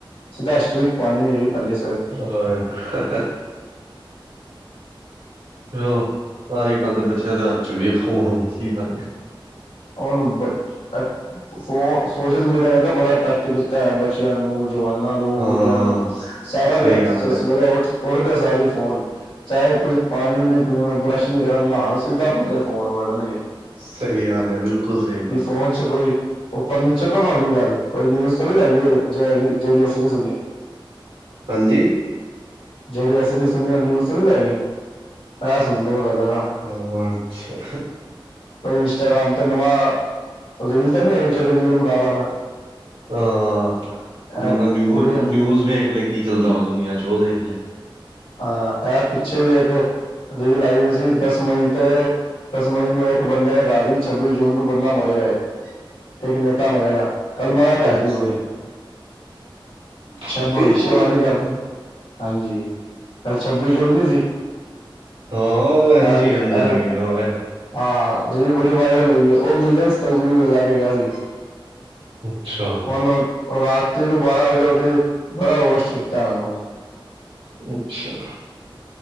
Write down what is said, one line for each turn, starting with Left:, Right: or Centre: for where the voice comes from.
Left: ਸਿੱਧਾ ਸਟ੍ਰਿਕ ਪਾਣੀ ਹੈਗੀ ਪਲੇ
Right: ਚਲੋ ਫੇਰ। ਚਲੋ ਅੱਜ-ਕੱਲ੍ਹ, ਦੇ ਬੱਚਿਆਂ ਤੇ ਹੱਥ ਵਿੱਚ ਵੀ ਆ ਫੋਨ ਹੋਣਾ ਚਾਹੀਦਾ।
Left: ਹ ਫ ਸੋਸ਼ਲ ਮੀਡੀਆ ਨੇ ਤਾਂ ਬੜਾ ਟੈਕਟ ਕੀਤਾ ਹੈ ਬੱਚਿਆਂ ਨੂੰ ਜਵਾਨਾਂ ਨੂੰ,
Right: ਹਾਂ
Left: ਬੁੱਡੀਆਂ ਨੂੰ
Right: ਸਹੀ
Left: ਸਾਰਾ ਦੇ ਹੱਥ
Right: ਗੱਲ
Left: ਸਵੇਰੇ
Right: ਹੈ
Left: ਉੱਠ-ਉੱਠਦੇ ਸਾਰ ਹੀ ਫੋਨ। ਚਾਹੇ ਕੁੱਝ ਪਾਣੀ ਨੀ ਪੀਣ ਬਰੱਸ਼ ਨੀ ਕਰਨ ਨ ਸਿੱਧਾ ਪੱਲੇ ਫੋਨ ਵਢਣਗੇ
Right: ਸਹੀ ਗੱਲ ਹੈ ਬਿਲਕੁਲ। ਸਹੀ ਗੱਲ
Left: ਕਿ ਫੋਨ ਚ ਕੋਈ। ਉਹ ਫਰਨੀਚਰ ਤੋਂ ਨਾ ਹੈ ਗਈ ਗੱਲ ਕੋਈ ਨਿਊਜ਼ ਤੋਂ ਨੀ ਰਹਿ ਗਈ ਜ ਜਿਹੜੀ ਅਸੀਂ ਨੀ ਸੁਣੀ।
Right: ਹਾਂਜੀ?
Left: ਜਿਹੜੀ ਅਸੀਂ ਨੀ ਸੁਣੀ ਉਹ ਨਿਊਜ਼ ਤੇ ਨਹੀਂ ਰਹਿ ਗਈ ਆ ਸੁਣਦੇ ਨੇ ਮਤਲਬ ਆ।
Right: ਅੱਛਾ।
Left: ਕੋਈ ਇੰਸਟਾਗ੍ਰਾਮ ਤੇ ਨਵਾਂ, ਰੀਲ ਤਾਂ ਨੀ ਆਈ ਜਿਹੜੀ ਰੀਲ ਬਣਾ ਲਾਵਾ ਮੈਂ।
Right: ਹਾਂ, ਬੰਦਾ
Left: ਇਹ
Right: ਨਿਊ-ਨਿਊਜ਼
Left: ਕੁੜੀ ਹਾਂ
Right: ਵੇਖ ਲਏ ਕੀ ਚੱਲਦਾ ਵ ਦੁਨੀਆਂ ਚ ਉਹ ਦੇਖ ਲਏ।
Left: ਹਾਂ, ਇਹ ਪਿੱਛੇ ਵੇਖ ਜਿਹੜੀ ਲਾਈ ਹੋ ਸੀ ਦਸ ਮਈ ਤੇ। ਦਸ ਮਈ ਨੂੰ ਇੱਕ ਬੰਦੇ ਨੇ ਕਿਹਾ ਸੀ ਛੱਬੀ ਜੂਨ ਨੂੰ ਬੰਦਾ ਮਰੇਗਾ, ਇੱਕ-ਇੱਕ ਨੇਤਾ ਮਰੇਗਾ। ਕੱਲ ਮਰਿਆ ਤਾਂ
Right: ਅੱਛਾ
Left: ਹੈ ਨਹੀਂ ਕੋਈ,
Right: ਛੱਬੀ
Left: ਭਵਿਸ਼ਯਵਾਣੀ
Right: ਜੂਨ ਨੂੰ
Left: ਕਰਦਾ। ਹਾਂਜੀ ਕੱਲ ਜੂਨ ਨਹੀਂ ਸੀ
Right: ਹਾਂ ਉਹ ਇੰਜੀ
Left: ਇਹ-
Right: ਕਹਿੰਦੇ
Left: ਇਹ-
Right: ਨੇ ਹੋਰ।
Left: ਹਾਂ ਰੀਲ ਬੜੀ ਵਾਇਰਲ ਹੋਈ ਹੈ। ਉਹ ਮਿਲੀਅਨ <inaudible> ਵੀ ਲੈ ਕੇ ਗਿਆ ਸੀ।
Right: ਅੱਛਾ
Left: ਉਹਨੂੰ ਰਾਤੀ ਨੂੰ ਬਾਰਾਂ ਵਜੇ ਉਹਦੀ ਬੜਾ ਰੋਸਟ ਕੀਤਾ ਉਹਨੂੰ।
Right: ਅੱਛਾ।